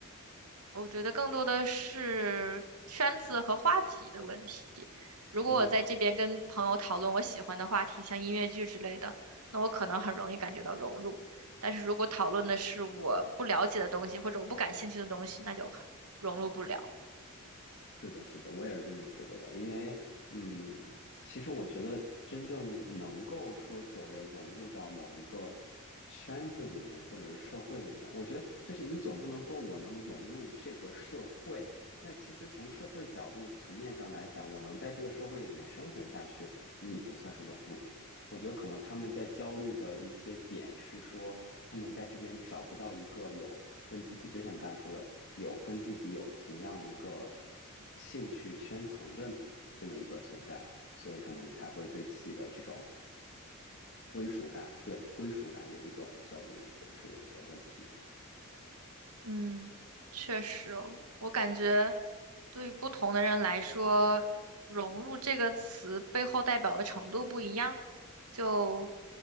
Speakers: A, on the right; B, on the left.
A: 我觉得更多的是圈子和话题的问题。如果我在这边跟朋友讨论我喜欢的话题，
B: 嗯
A: 像音乐剧之类的，那我可能很容易感觉到融入。但是如果讨论的是我不了解的东西，或者我不感兴趣的东西，那就很融入不了。
B: 是的，是的，我也是这么觉得的。因为，嗯，其实我觉得真正能够说所谓融入到某一个圈子里面，或者是社会里面，我觉得就是你总不能说我能融入这个社会。那其实从社会角度层面上来讲，我能在这个社会里面生存下去，你已经算是融入了。我觉得可能他们在焦虑的一些点是说，他们在这边找不到一个有跟自己，就像你刚才说的，有跟自己有同样一个兴趣圈层的这么一个存在，所以他们才会对自己的这种归属感，对归属感有一种焦虑，或者是有一些问题。
A: 嗯，确实哦，我感觉对于不同的人来说，融入这个词背后代表的程度不一样。就